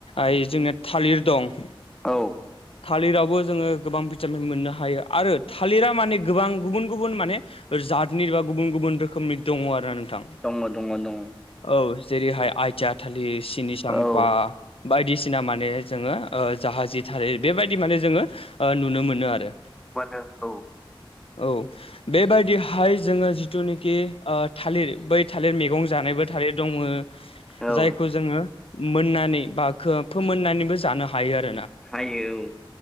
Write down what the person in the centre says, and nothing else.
औ
दङ दङ दङ
औ
मोनो औ।
औ
हायो औ